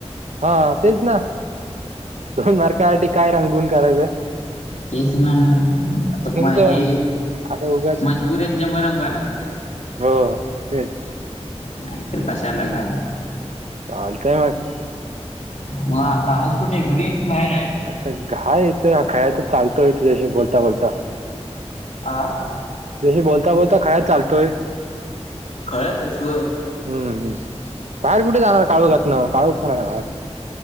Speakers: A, on the right; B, on the left.
A: हा तेच ना दोन मार्कासाठी काय रांंगून काढायचं.
B: तेच ना आता मग
A: तर
B: हे
A: असं उगाच
B: मजबूरी आहे त्याच्यामुळे रंगवाय लागतंय.
A: हो तेच
B: नाही तर कशाला काय?
A: चालतंय मग
B: मग आता आहेस कुठे? घरी आहेस कि बाहेर आहेस
A: घाय इथ खायच चालत इथल्याशी बोलता बोलता <unintelligible>
B: आं
A: तुझ्याशी बोलता बोलता खायत चालतोय.
B: काय तशी ओ
A: हम्म बाहेर कुठे जाणार काळूखातन काळूख पण आहे बाहेर.